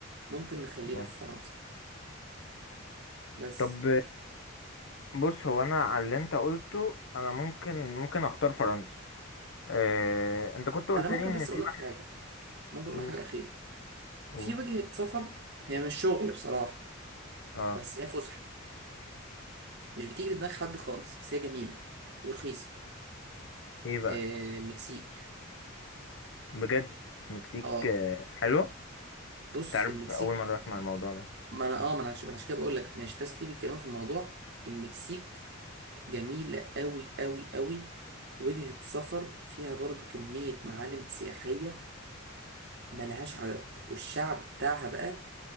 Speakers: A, on the right; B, on the left.
A: ممكن نخلينا
B: اه.
A: في فرنسا بس
B: طب بص هو انا على اللي انت قلته انا ممكن ممكن اختار فرنسا اه انت كنت قلت
A: انا ممكن
B: لي ان
A: بس
B: في
A: اقول
B: واحد
A: لك حاجة ممكن اقول
B: أوه
A: لك حاجة أخيرة
B: أوه
A: في وجهة سفر هي مش شغل بصراحة
B: اه
A: بس هي فسحة مش بتيجي في دماغ حد خالص بس هي جميلة ورخيصة
B: ايه بقى
A: آه المكسيك
B: بجد مكسيك
A: اه
B: آه، حلوة
A: بص
B: تعرف
A: المكسيك
B: اول مرة اسمع الموضوع ده
A: ما انا اه ما انا عش- ما أنا عشان كده بقول لك مش ناس كتير بيتكلموا في الموضوع المكسيك جميلة قوي قوي قوي وجهة سفر فيها برضو كمية معالم سياحية ملهاش عدد والشعب بتاعها بقى